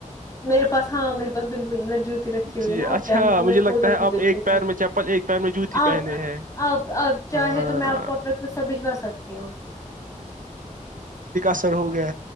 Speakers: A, on the left; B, on the right.
A: میرے پاس ہاں میرے پاس بالکل ادر جوتی رکھی
B: جی
A: ہوئی ہے نا آپ
B: اچھا
A: چاہیں تو میں
B: مجھے لگتا
A: فوٹو
B: ہے
A: بھی
B: آپ
A: بھیج
B: ایک
A: سکتی
B: پیر
A: ہوں
B: میں چپل ایک پیر میں جوتی
A: آپ
B: پہنے ہیں
A: آپ آپ چاہیں
B: ہاں
A: تو میں آپ کو اپنا خرصہ بجوا سکتی ہوں
B: سر ہوگا